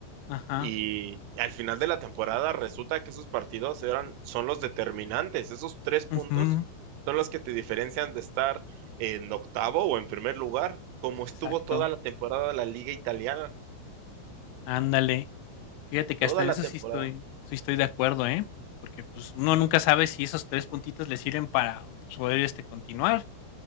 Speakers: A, on the left (about 85°); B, on the right (about 85°).
A: Ajá.
B: Y al final de la temporada resulta que esos partidos eran, son los determinantes. Esos tres puntos
A: ujú,
B: son los que te diferencian de estar en octavo o en primer lugar, como estuvo
A: Exacto.
B: toda la temporada de la Liga Italiana,
A: Ándale. Fíjate que
B: toda
A: hasta en
B: la
A: eso
B: temporada.
A: sí estoy, sí estoy de acuerdo, ¿eh? Porque pues uno nunca sabe si esos tres puntitos le sirven para pues, poder este continuar.